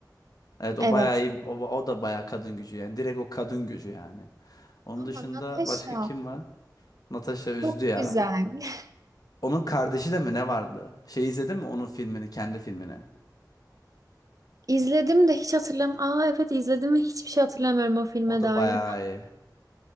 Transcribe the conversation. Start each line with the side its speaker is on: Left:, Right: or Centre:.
Left: Evet o
Right: Evet.
Left: bayağı iyi. O, o da bayağı kadın gücü yani. Direkt o kadın gücü yani. Onun
Right: Ama
Left: dışında
Right: Natasha
Left: başka kim var? Natasha üzdü
Right: çok
Left: ya.
Right: güzel. <laughs>
Left: Onun kardeşi de mi ne vardı? Şey izledin mi onun filmini, kendi filmini?
Right: İzledim de hiç hatırlam. Aa evet izledim ve hiçbir şey hatırlamıyorum o filme
Left: O da
Right: dair.
Left: bayağı iyi.